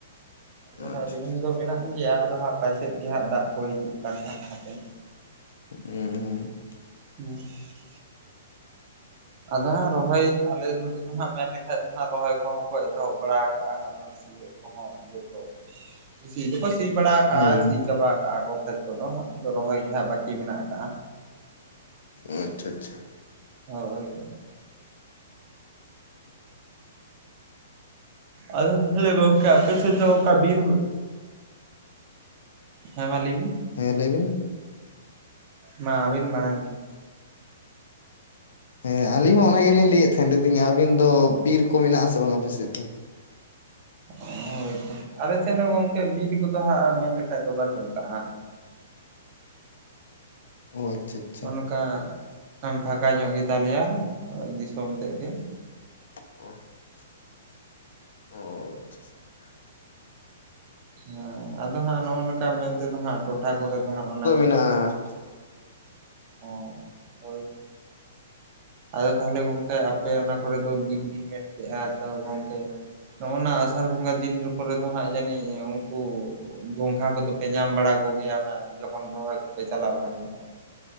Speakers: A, on the right; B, on the left.
A: ᱟᱫᱚ ᱦᱟᱸᱜ
B: ᱟᱪᱪᱷᱟ
A: ᱨᱤᱢᱤᱞ
B: ᱟᱪᱪᱷᱟ
A: ᱫᱚ ᱢᱮᱱᱟᱜ ᱜᱮᱭᱟ, ᱟᱫᱚ ᱦᱟᱸᱜ ᱯᱟᱪᱮᱫ ᱜᱮ ᱦᱟᱸᱜ ᱫᱟᱜ ᱠᱚ ᱦᱤᱡᱩᱜ ᱠᱟᱱ ᱱᱟᱜ ᱦᱟᱯᱮᱼᱼ
B: ᱦᱩᱸ ᱦᱩᱸ ᱾
A: ᱦᱮᱸ <unintelligible> ᱟᱫᱚ ᱦᱟᱸᱜ ᱨᱚᱦᱚᱭ ᱟᱞᱮ ᱱᱚᱛᱮ ᱫᱚ ᱦᱟᱸᱜ ᱢᱮᱱ ᱞᱮᱠᱼᱼ ᱟᱞᱮ ᱫᱚ ᱦᱟᱸᱜ ᱨᱚᱦᱚᱭ ᱠᱚᱦᱚᱸ ᱠᱚ ᱮᱛᱚᱦᱚᱵ ᱵᱟᱲᱟ ᱟᱠᱟᱜᱼᱟ, ᱟᱫᱚ ᱥᱤᱭᱳᱜ ᱠᱚᱦᱚᱸ ᱡᱚᱛᱚᱼᱼ ᱥᱤ ᱫᱚᱠᱚ ᱥᱤ ᱵᱟᱲᱟ ᱟᱠᱟᱜᱼᱟ
B: ᱦᱩᱸ ᱦᱩᱸ
A: ᱥᱤ ᱪᱟᱵᱟ ᱟᱠᱟᱜᱼᱟ ᱠᱚ, ᱠᱷᱮᱛ ᱠᱚᱫᱚ ᱟᱫᱚ ᱨᱚᱦᱚᱭ ᱜᱮ ᱦᱟᱸᱜ ᱵᱟᱹᱠᱤ ᱢᱮᱱᱟᱜ ᱟᱠᱟᱜᱼᱟ ᱾
B: ᱟᱪᱪᱷᱟ ᱟᱪᱪᱷᱟ ᱾
A: ᱦᱚᱭ ᱾ ᱟᱫᱚ ᱛᱟᱦᱚᱞᱮ ᱜᱚᱝᱠᱮ ᱟᱯᱮ ᱥᱮᱫ ᱫᱚ ᱚᱱᱠᱟ ᱵᱤᱨ ᱵᱩᱼᱼ ᱦᱮᱸ ᱢᱟ ᱞᱟᱹᱭ ᱵᱤᱱ ᱾
B: ᱦᱮᱸ ᱞᱟᱹᱭ ᱵᱤᱱ ᱾
A: ᱢᱟ ᱟᱵᱤᱱ ᱢᱟᱲᱟᱝ ᱵᱤᱱ ᱾
B: ᱦᱮᱸ ᱟᱞᱤᱧ ᱦᱚᱸ ᱚᱱᱟ ᱜᱮᱞᱤᱧ ᱞᱟᱹᱭᱮᱫ ᱛᱟᱦᱮᱱ ᱞᱤᱧ ᱟᱵᱤᱱ ᱫᱚ ᱵᱤᱨ ᱠᱚ ᱢᱮᱱᱟᱜ ᱟᱥᱮ ᱵᱟᱝ ᱟᱯᱮ ᱥᱮᱫ ᱫᱚ?
A: ᱦᱚᱭ ᱛᱚ, ᱟᱫᱚ ᱟᱞᱮ ᱥᱮᱫ ᱦᱚᱸ ᱜᱚᱝᱠᱮ ᱵᱤᱨ ᱠᱚᱫᱚ ᱦᱟᱸᱜ ᱢᱮᱱ ᱞᱮᱠᱷᱟᱡ ᱫᱚ ᱵᱟᱹᱱᱩᱜ ᱟᱠᱟᱜᱼᱟ ᱾
B: ᱚ ᱟᱪᱪᱷᱟ ᱾
A: ᱚᱱᱠᱟ ᱯᱷᱟᱠᱟ ᱧᱚᱜ ᱜᱮ ᱛᱟᱞᱮᱭᱟ ᱫᱤᱥᱚᱢ ᱛᱮᱫ ᱜᱮ ᱾
B: ᱚᱦᱚ <unintelligible>
A: ᱦᱮᱸ ᱟᱫᱚ ᱦᱟᱸᱜ ᱱᱚᱜᱼᱚᱭ ᱱᱚᱝᱠᱟ ᱢᱮᱱ ᱛᱮ ᱫᱚ ᱦᱟᱸᱜ ᱴᱚᱴᱷᱟ ᱠᱚᱨᱮ ᱫᱚ ᱦᱟᱸᱜ ᱚᱱᱮᱼᱼ
B: ᱟᱨᱻ
A: ᱚ ᱦᱚᱭ ᱾ ᱟᱫᱚ ᱛᱟᱦᱚᱞᱮ ᱜᱚᱢᱠᱮ ᱟᱯᱮ ᱚᱱᱟ ᱠᱚᱨᱮ ᱫᱚ ᱵᱤᱱ ᱤᱧ ᱢᱮᱱ ᱠᱮᱫᱜᱼᱟ ᱛᱚ ᱜᱚᱢᱠᱮ ᱾ ᱱᱚᱜᱼᱚᱭ ᱚᱱᱟ ᱟᱥᱟᱲ ᱵᱚᱸᱜᱟ ᱫᱤᱱ ᱠᱚᱨᱮ ᱫᱚ ᱦᱟᱸᱜ ᱡᱟᱹᱱᱤᱡ ᱩᱱᱠᱩᱼᱼ ᱜᱚᱝᱜᱷᱟ ᱠᱚᱫᱚ ᱯᱮ ᱧᱟᱢ ᱵᱟᱲᱟ ᱠᱚᱜᱮᱭᱟ ᱚᱱᱟ ᱡᱚᱠᱷᱚᱱ ᱨᱚᱦᱚᱭ ᱠᱚᱯᱮ ᱪᱟᱞᱟᱣ ᱵᱟᱲᱟᱜ ᱜᱮᱭᱟ?